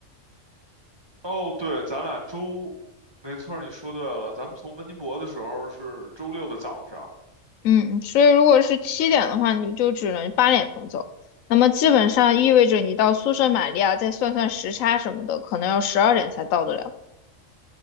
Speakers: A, on the right; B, on the left.
A: 哦，对，咱俩周，没错儿，你说对了，咱们从温尼伯的时候是周六的早上，
B: 嗯，所以如果是七点的话，你就只能八点钟走，那么基本上意味着你到宿舍玛利亚，再算算时差什么的，可能要十二点才到得了，